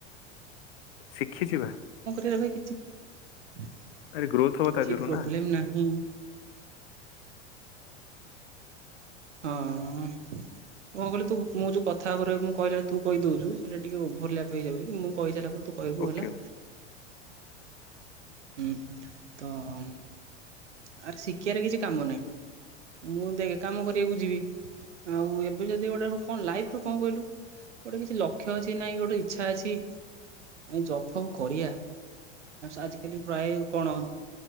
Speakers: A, on the left; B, on the right.
A: ଶିଖିଛି ବା
B: କରିବାକୁ। <inaudible>
A: ଆରେ ଗ୍ରୋଥ ହବ
B: କିଛି
A: ତା ଦେହରୁ
B: ପ୍ରୋବ୍ଲେମ୍
A: ନା
B: ନାହିଁ। <inaudible> କହିଲୁ ତୁ ମୁଁ ଯଉ କଥା ମୁଁ କ---ଲା ବେଳେ ତୁ କହି ଦଉଚୁ, ସେ ଟିକେ ଓଭରଲ୍ୟାପ୍ ହେଇଯାଉଚି। ମୁଁ କହି ସାଇଲା ପରେ ତୁ କଇବୁ
A: ଓକେ
B: ହେଲା।
A: ଓକେ
B: <inaudible> ଆରେ ଶିକିବାରେ କିଛି କାମ ନାଇଁ, ମୁଁ ଦେଖେ କାମ କରିବାକୁ ଯିବି। ଆଉ ଏବେ ଯଦି ଲାଇଫ୍ ର କ'ଣ କହିଲୁ, ଗୋଟେ କିଛି ଲକ୍ଷ୍ୟ ଅଛି ନାଇଁ ଗୋଟେ ଇଚ୍ଛା ଅଛି। ଜବ୍, ଫବ୍ କରିବା ଆଜି, କାଲି ପ୍ରାୟ କଣ